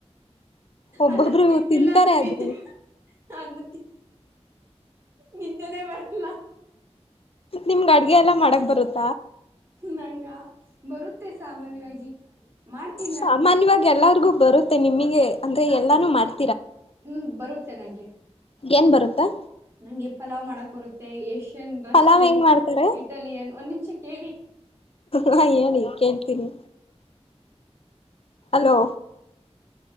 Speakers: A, on the left; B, on the right.
A: ಒಬ್ಬೊಬ್ರು
B: ಅದನ್ ತಿನ್ಲಿಲ್ಲ
A: ತಿಂತಾರೆ
B: ಅಂದ್ರೆ
A: ಅದು
B: ನಿದ್ದೆ ಅನ್ನ ನಿದ್ದೆನೇ ಬರಲ್ಲ.
A: ನಿಮ್ಗೆ ಅಡುಗೆ ಎಲ್ಲ ಮಾಡಕ್ ಬರುತ್ತ.
B: ನಂಗ ಬರುತ್ತೆ ಸಾಮಾನ್ಯವಾಗಿ. ಮಾಡ್ತೀನಿ
A: ಸಾಮಾನ್ಯವಾಗಿ
B: ನಾನು
A: ಎಲ್ಲರಿಗು ಬರುತ್ತೆ ನಿಮಗೆ ಅಂದ್ರೆ ಎಲ್ಲಾನು ಮಾಡ್
B: ಹ್ಮ್ ಬರುತ್ತೆ ನಂಗೆ
A: ಏನ್ ಬರುತ್ತಾ
B: ನಂಗೆ ಪಲಾವ್ ಮಾಡಕ್ ಬರುತ್ತೆ. ಏಷ್ಯನ್ ರಷ್ಯನ್
A: ಪಲಾವ್ ಹೆಂಗ್ ಮಾಡ್ತಾರೆ
B: ಇಟಲಿಯನ್ ಒಂದ್ ನಿಮಿಷ ಕೇಳಿ.
A: ಹಾ ಹೇಳಿ ಕೇಳ್ತೀನಿ. ಹಲೋ.